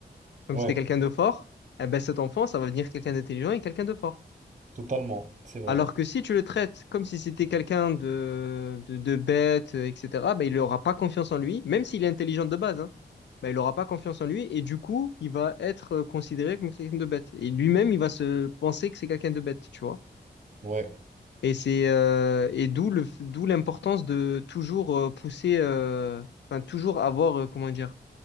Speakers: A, on the left; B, on the right.
A: comme
B: Ouais,
A: si c'était quelqu'un de fort, eh ben cet enfant, ça va devenir quelqu'un d'intelligent et quelqu'un de fort.
B: totalement, c'est vrai.
A: Alors que si tu le traites comme si c'était quelqu'un de, de, de bête, euh, etc., ben il n'aura pas confiance en lui, même s'il est intelligent de base, hein, ben il n'aura pas confiance en lui et du coup, il va être euh, considéré comme quelqu'un de bête. Et lui-même, il va se penser que c'est quelqu'un de bête, tu vois.
B: Ouais.
A: Et c'est euh, et d'où le d'où l'importance de toujours euh, pousser, euh, enfin toujours avoir euh, comment dire